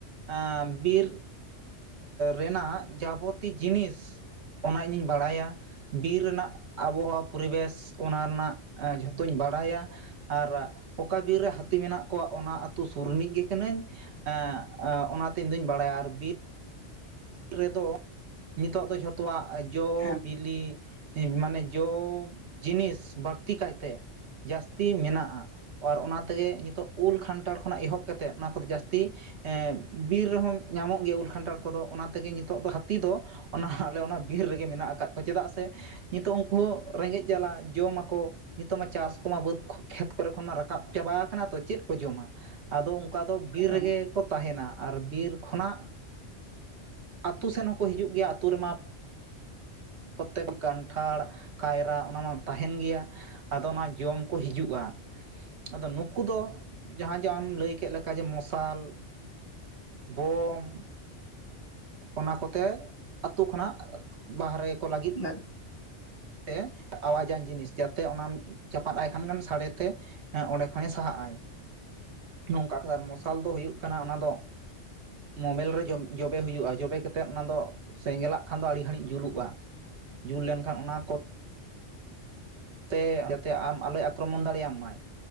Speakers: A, on the right; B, on the left.
A: ᱮᱸᱻ ᱵᱤᱨ ᱨᱮᱱᱟᱜ ᱡᱟᱵᱚᱛᱤ ᱡᱤᱱᱤᱥ ᱚᱱᱟ ᱤᱧᱤᱧ ᱵᱟᱲᱟᱭᱟ ᱵᱤᱨ ᱨᱮᱱᱟᱜ ᱟᱵᱚᱦᱟᱣᱟ ᱯᱚᱨᱤᱵᱮᱥ ᱚᱱᱟ ᱨᱮᱱᱟᱜ ᱡᱷᱚᱛᱚᱧ ᱵᱟᱲᱟᱭᱟ᱾ ᱟᱨ ᱚᱠᱟ ᱵᱤᱨ ᱨᱮ ᱦᱟᱹᱛᱤ ᱢᱮᱱᱟᱜ ᱠᱚᱣᱟ, ᱚᱱᱟ ᱟᱹᱛᱩ ᱥᱩᱨ ᱨᱤᱱᱤᱡ ᱜᱮ ᱠᱟᱹᱱᱟᱹᱧ᱾ ᱮᱸᱜ ᱚᱱᱟᱛᱮ ᱤᱧ ᱫᱩᱧ ᱵᱟᱲᱟᱭᱟ ᱟᱨ ᱵᱤᱨ ᱨᱮᱫᱚ ᱱᱤᱛᱚᱜ ᱫᱚ ᱡᱷᱚᱛᱚᱣᱟᱜ ᱡᱚ
B: ᱦᱮᱸ
A: ᱵᱤᱞᱤ ᱢᱟᱱᱮ ᱡᱚ ᱡᱤᱱᱤᱥ ᱵᱟᱹᱲᱛᱤ ᱠᱟᱭᱛᱮ ᱡᱟᱹᱥᱛᱤ ᱢᱮᱱᱟᱜᱼᱟ᱾ ᱟᱨ ᱚᱱᱟ ᱛᱮᱜᱮ ᱱᱤᱛᱚᱜ ᱩᱞ ᱠᱷᱟᱱᱴᱷᱟᱲ ᱠᱷᱚᱱᱟᱜ ᱮᱦᱚᱵ ᱠᱟᱛᱮᱫ ᱚᱱᱟ ᱠᱚᱫᱚ ᱡᱟᱹᱥᱛᱤ ᱮᱸᱻ ᱵᱤᱨ ᱨᱮᱦᱚᱸ ᱧᱟᱢᱚᱜ ᱜᱮᱭᱟ ᱩᱞ ᱠᱷᱟᱱᱴᱷᱟᱲ ᱠᱚᱫᱚ᱾ ᱚᱱᱟ ᱛᱮᱜᱮ ᱱᱤᱛᱚᱜ ᱫᱚ ᱦᱟᱹᱛᱤ ᱫᱚ ᱚᱱᱟ ᱟᱞᱮ ᱚᱱᱟ ᱵᱤᱨ ᱨᱮᱜᱮ ᱢᱮᱱᱟᱜ ᱟᱠᱟᱫ ᱠᱚᱣᱟ ᱪᱮᱫᱟᱜ ᱥᱮ ᱱᱤᱛᱚᱜ ᱩᱱᱠᱩ ᱦᱚᱸ ᱨᱮᱸᱜᱮᱡ ᱡᱟᱞᱟ ᱡᱚᱢ ᱟᱠᱚ ᱱᱤᱛᱚᱜ ᱢᱟ ᱪᱟᱥ ᱠᱚᱢᱟ ᱵᱟᱹᱫᱽ ᱠᱷᱮᱛ ᱠᱚᱨᱮ ᱠᱷᱚᱱ ᱢᱟ ᱨᱟᱠᱟᱵ ᱪᱟᱵᱟ ᱠᱟᱱᱟ ᱛᱚ ᱪᱮᱫ ᱠᱚ ᱡᱚᱢᱟ? ᱟᱫᱚ ᱚᱝᱠᱟ ᱫᱚ ᱵᱤᱨ
B: ᱠᱟᱛᱷᱟ
A: ᱨᱮᱜᱮ
B: ᱦᱚᱸ
A: ᱠᱚ ᱛᱟᱦᱮᱱᱟ ᱟᱨ ᱵᱤᱨ ᱠᱷᱚᱱᱟᱜ ᱟᱹᱛᱩ ᱥᱮᱱ ᱦᱚᱸᱠᱚ ᱦᱤᱡᱩᱜ ᱜᱮᱭᱟᱼᱟ, ᱟᱹᱛᱩ ᱨᱮ ᱢᱟ ᱯᱨᱚᱛᱛᱮᱠ ᱠᱟᱱᱴᱷᱟᱲ ᱠᱟᱭᱨᱟ, ᱚᱱᱟ ᱢᱟ ᱛᱟᱦᱮᱱ ᱜᱮᱭᱟ᱾ ᱟᱫᱚ ᱚᱱᱟ ᱡᱚᱢ ᱠᱚ ᱦᱤᱡᱩᱜᱼᱟ᱾ ᱟᱫᱚ ᱱᱩᱠᱩ ᱫᱚ ᱡᱟᱦᱟᱸ ᱡᱮ ᱟᱢᱮᱢ ᱞᱟᱹᱭ ᱠᱮᱫ ᱞᱮᱠᱟ ᱡᱮ ᱢᱚᱥᱟᱞ ᱵᱳᱢ ᱚᱱᱟ ᱠᱚᱛᱮ ᱟᱹᱛᱩ ᱠᱷᱚᱱᱟᱜ ᱵᱟᱦᱨᱮ ᱠᱚ ᱞᱟᱹᱜᱤᱫ
B: ᱦᱮᱸ
A: ᱛᱮ ᱟᱣᱟᱡᱟᱱ ᱡᱤᱱᱤᱥ ᱡᱟᱛᱮ ᱚᱱᱟᱢ ᱪᱟᱯᱟᱫ ᱟᱭ ᱠᱷᱟᱱ ᱥᱟᱰᱮ ᱛᱮ ᱮᱸᱻ ᱚᱸᱰᱮ ᱠᱷᱚᱱᱮ ᱥᱟᱦᱟᱜᱼᱟᱭ᱾ ᱱᱚᱝᱠᱟ <unintelligible> ᱢᱚᱥᱟᱞ ᱫᱚ ᱦᱩᱭᱩᱜ ᱠᱟᱱᱟ ᱚᱱᱟ ᱫᱚ ᱢᱳᱵᱮᱞ ᱨᱮ ᱡᱚᱢ ᱡᱚᱵᱮ ᱦᱩᱭᱩᱜᱼᱟ, ᱡᱚᱵᱮ ᱠᱟᱛᱮᱫ ᱚᱱᱟ ᱫᱚ ᱥᱮᱸᱜᱮᱞᱟᱜ ᱠᱷᱟᱱ ᱫᱚ ᱟᱹᱰᱤ ᱜᱷᱟᱹᱲᱤᱡ ᱡᱩᱞᱩᱜᱼᱟ᱾ ᱡᱩᱞ ᱞᱮᱱᱠᱷᱟᱱ ᱚᱱᱟ ᱠᱚ ᱛᱮ ᱡᱟᱛᱮ ᱟᱢ ᱟᱞᱚᱭ ᱟᱠᱨᱚᱢᱚᱱ ᱫᱟᱲᱮᱭᱟᱢ ᱢᱟᱭ